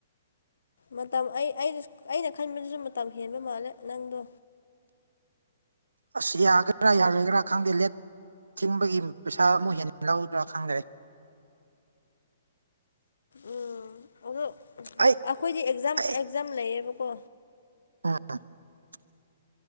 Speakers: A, on the left; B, on the right.
A: ꯃꯇꯝ ꯑꯩ ꯑꯩꯅ ꯈꯟꯕꯗꯨꯁꯨ ꯃꯇꯝ ꯍꯦꯟꯕ ꯃꯥꯜꯂꯦ ꯅꯪꯗꯣ
B: ꯑꯁ ꯌꯥꯒꯦꯔꯥ ꯌꯥꯔꯣꯏꯒꯦꯔꯥ ꯈꯪꯗꯦ ꯂꯦꯠ ꯊꯤꯡꯕꯒꯤ ꯄꯩꯁꯥ ꯑꯃꯨꯛ ꯍꯦꯟꯅ ꯂꯧꯗ꯭ꯔꯥ ꯈꯪꯗꯔꯦ
A: ꯎꯝ ꯑꯗꯣ
B: ꯑꯩ
A: ꯑꯩꯈꯣꯏꯗꯤ ꯑꯦꯛꯖꯥꯝ
B: ꯑꯩ
A: ꯑꯦꯛꯖꯥꯝ ꯂꯩꯌꯦꯕꯀꯣ
B: <unintelligible>